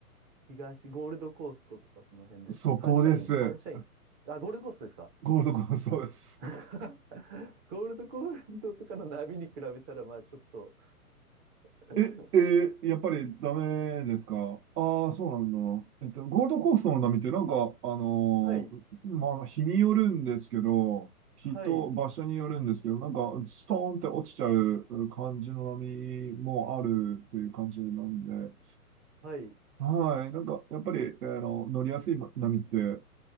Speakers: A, on the right (about 20°); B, on the right (about 80°).
A: 東、ゴールドコーストとかその辺ですかサンシャイン、
B: そこです。
A: サンシャイン。あ、ゴールドコーストですか
B: ゴールドコーストです。
A: <laughs> ゴールドコーストとかの波に比べたら、まあちょっと <laughs>
B: え、えーやっぱりダメですかああー、そうなんだ。えっと、ゴールドコーストの波ってなんか、あのーまあ、
A: はい、
B: 日によるんですけど、日と場所によるんですけど、
A: はい、
B: なんか、ストーンって落ちちゃう感じの波もあるという感じなんで、
A: はい、
B: はい、なんか、やっぱり、あの、乗りやすい波って、